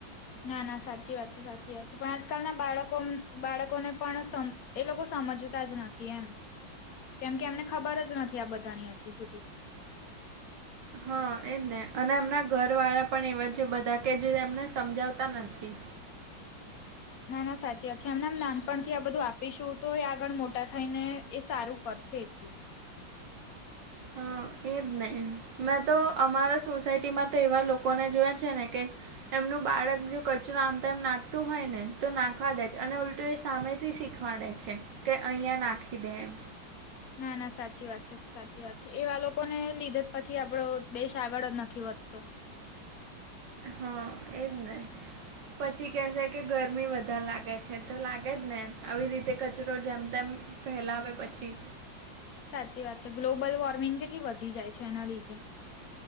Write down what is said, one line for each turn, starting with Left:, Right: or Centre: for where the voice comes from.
Left: ના, ના, સાચી વાત છે, સાચી વાત છે, પણ આજકાલના બાળકો બાળકોને પણ. એ લોકો સમજતા જ નથી એમ, કેમ કે એમને ખબર જ નથી, આ બધાની હજી સુધી
Right: હા, એજ ને, અને એમના ઘર વાળા પણ એવા છે, બધા કે જે એમને સમજાવતા નથી.
Left: ના ના સાચી વાત છે, એમનામ નાનપણથી આ બધું આપીશું તો એ આગળ મોટા થઈ ને એ સારું કરશે એટલું. <inaudible>
Right: હા અ એજ નહી, મેં તો અમારા સોસાયટી માં તો એવા લોકોને જોય છે ને કે એમનું બાળક જો કચરો આમતા એમ નાખતું હોયને, તો નાખવા દે છે, અને ઉલટું એ સામે થી શીખ ખવાડે છે કે, અહીંયા નાખી દે એમ.
Left: ના ના સાચી વાત છે, સાચી વાત છે, એવા લોકોને લીધે જ પછી આપડો દેશ આગળ જ નથી વધતો.
Right: હા, એજ ને. પછી કેસે કે ગરમી વધારે લાગે છે, તો લાગેજ ને આવી રીતે કચરો જેમ તેમ ફેલાવે પછી.
Left: સાચી વાત છે, ગ્લોબલ વોર્મિંગ કેટલી વધી જાય છે એના લીધે.